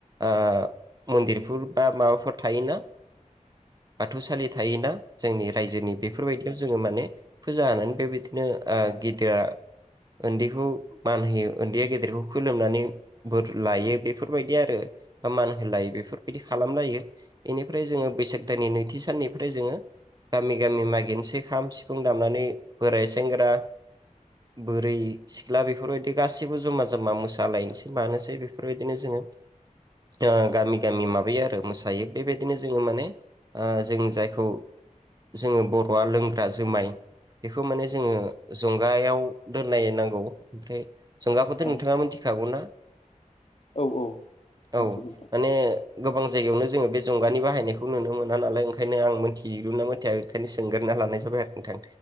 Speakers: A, on the right; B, on the left.
A: ओ मन्दिरफोर बा माबाफोर थायोना बाथौसालि थायोना जोंनि रायजोनि बेफोरबायदियाव जोङो माने फुजा होनानै बेबायदि नो ओ गिदोआ ओन्दैखौ मान होयो ओन्दैया गेदेरखौ खोलोमनानै बोर लायो। बेफोरबायदि दि आरो मान होलायो बेफोरबायदि खालामलायो। एनिफ्राय जोङो बैसाग दाननि नैथि साननि ओमफ्राय जोङो गामि गामि मागिनोसै खाम सिफुं दामनानै बोराय सेंग्रा बोरै सिख्ला बेफोरबायदि गासैबो जमा जमा मोसालायनोसै मानोसै बेफोरबायदिनो जों ङो गामि गामि माबायो आरो मोसायो बेबायदिनो जोङो माने ओ जों जायखौ जोङो बर'आ लोंग्रा जोमाय बेखौ माने जोङो जंगायाव दोननाय नांगौ ओमफ्राय जंगाखौथ'
B: औ
A: नोंथाङा मिथिखागौ ना?
B: औ मिथिगौ
A: औ
B: नोंथां
A: माने गोबां जायगायावनो जोङो बे जंगानि बाहायनायखौ नुनो मोना नालाय ओंखायनो आं मोनथिगौना मोनथिया बेखायनो सोंग्रोना लानाय जाबाय आरो नोंथां।